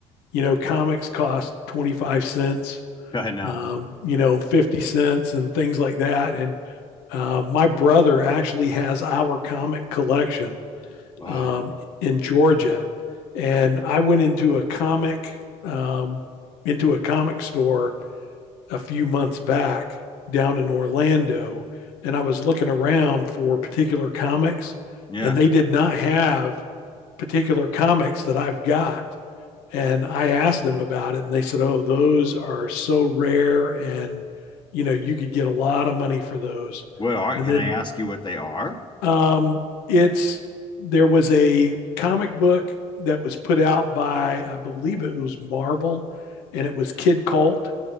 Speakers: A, on the left; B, on the left.
A: you know, comics cost 25 cents,
B: <laughs> Go ahead now.
A: um, you know, 50 cents and things like that. And uh, my brother actually has our comic collection
B: Wow.
A: um, in Georgia. And I went into a comic, um, into a comic store a few months back down in Orlando. And I was looking around for particular comics
B: Yeah.
A: and they did not have particular comics that I've got and I asked them about it, and they said, "Oh, those are so rare, and you know you could get a lot of money for those."
B: What are,
A: And
B: can
A: then
B: I ask you what they are?
A: um, it's there was a comic book that was put out by I believe it was Marvel, and it was Kid Colt,